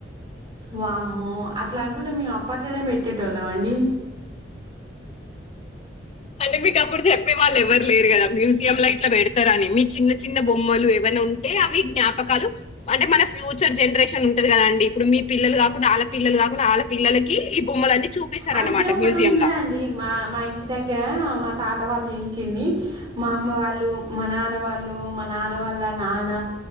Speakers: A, on the right; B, on the left.
A: వామ్మో అట్లా అనుకుంటే మేము అప్పట్లోనే పెట్టేటోళ్ళం అండి
B: అంటే మీకు అప్పుడు చెప్పే వాళ్ళు ఎవరు లేరు కదా మ్యూజియం లో ఇట్లా పెడతారని మీ చిన్న చిన్న బొమ్మలు ఏవన్ ఉంటే అవి జ్ఞపకాలు అంటే మన ఫ్యూచర్ జనరేషన్ ఉంటది కదండి ఇప్పుడు మీ పిల్లలు కాకుండా ఆలా పి పిల్లలు కాకుండా ఆల పిల్లలకి ఈ బొమ్మలన్నీ చూపిస్తారన్నమాట
A: అయితే ఒకటి
B: మ్యూజియంలా.
A: ఉంది అండి మా మా ఇంటి దగ్గర మా తాత వాళ్ళు చేయించింది మా అమ్మ వాళ్ళు మా నాన్న వాళ్ళు మా నాన్న వాళ్ళ నాన్న